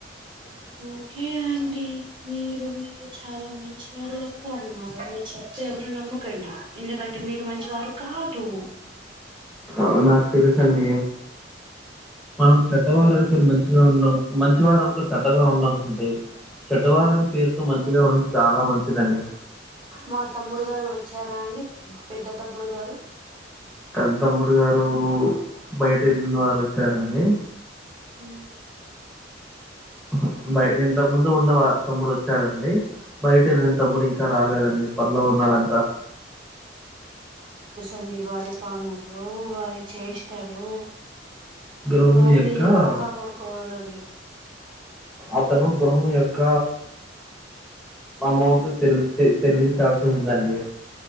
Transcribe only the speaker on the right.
ఓకే అం డీ మీరు మీరు చాలా మంచి వారు లెక్కా ఉన్నారు అని చెప్తే ఎవరు నమ్మకండి. ఎందుకంటే మీరు మంచి వారు కాదూ
మా తమ్ముడు గారు వచ్చారా అండి పెద్ద తమ్ముడు గారు.
ఊ
అండి వారి పనులు <unintelligible> చేష్టలు
వారిని
ఎల కాపాడుకోవాలండి